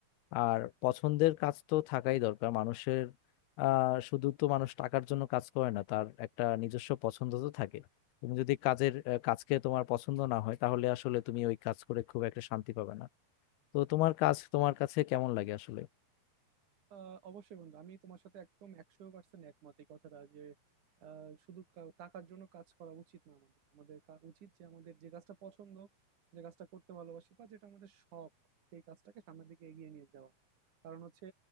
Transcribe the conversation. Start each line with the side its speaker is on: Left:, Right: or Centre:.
Left: আর পছন্দের কাজ তো থাকাই দরকার মানুষের আহ শুধু তো মানুষ টাকার জন্য কাজ করে না তার একটা নিজস্ব পছন্দ তো থাকে তুমি যদি কাজের আহ, কাজকে তোমার পছন্দ না হয় তাহলে আসলে তুমি ওই কাজ করে খুব একটা শান্তি পাবে না তো তোমার কাজ তোমার কাছে কেমন লাগে আসলে
Right: আহ অবশ্যই বন্ধু আমি তোমার সাথে একদম একশো পার্সেন্ট একমত এই কথাটা যে আহ, শুধু কা- টাকার জন্য কাজ করা উচিত না আমাদের আমাদের কা- উচিত যে আমাদের যে কাজটা পছন্দ যে কাজটা করতে ভালোবাসি বা যেটা আমাদের শখ সেই কাজটাকে সামনের দিকে এগিয়ে নিয়ে যাওয়া কারণ হচ্ছে